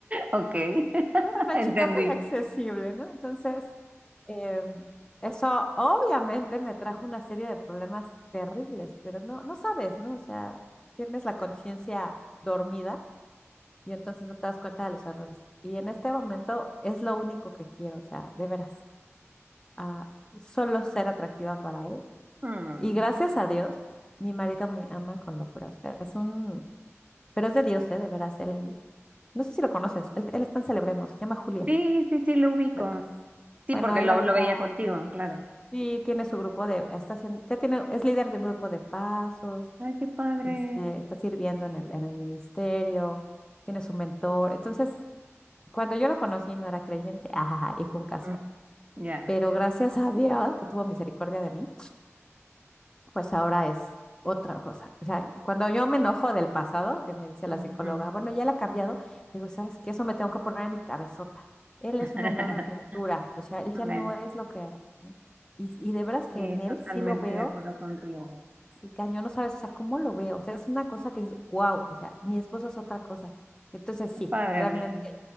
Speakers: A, on the right; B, on the left.
A: Ok, <laughs>
B: Yo era una chica
A: entendí.
B: muy accesible, ¿no? Entonces, em, eso obviamente me trajo una serie de problemas terribles, pero no, no sabes, ¿no? O sea, tienes la conciencia dormida y entonces no te das cuenta de los errores. Y en este momento es lo único que quiero, o sea, de veras, ah, solo ser atractiva para él.
A: Hmm.
B: Y gracias a Dios, mi marido me ama con locura, o sea, es un, pero es de Dios, ¿eh? De veras, él, no sé si lo conoces, él, él está en Celebremos, se llama Julio.
A: Sí, sí, sí, lo ubico.
B: lo conoces.
A: Sí,
B: Bueno,
A: porque
B: él
A: lo,
B: ahorita
A: lo veía contigo, claro.
B: sí tiene su grupo de, está haciendo, ya tiene, es líder de un grupo de pasos,
A: Ay, qué padre.
B: este, está sirviendo en el, en el ministerio, tiene su mentor. Entonces, cuando yo lo conocí no era creyente, ajaja, y fue un caso.
A: Mm, Ya.
B: Pero gracias a Dios que tuvo misericordia de mí, pues ahora es otra cosa. O sea, cuando yo me enojo del pasado, eh, me dice la
A: Ujú.
B: psicóloga, bueno, ya la ha cambiado, digo, ¿sabes qué? Eso me tengo que poner en mi cabezota. Él
A: <laughs>
B: es una nueva criatura, o sea, él
A: Amén.
B: ya no es lo que era, ¿no? Y, y de veras que
A: Sí,
B: en él
A: totalmente
B: sí lo veo
A: de acuerdo contigo.
B: así cañón, no sabes, o sea, ¿cómo lo veo? O sea, es una cosa que es wow, o sea, mi esposo es otra cosa. Entonces
A: Qué
B: sí,
A: padre,
B: realmente,
A: amiga.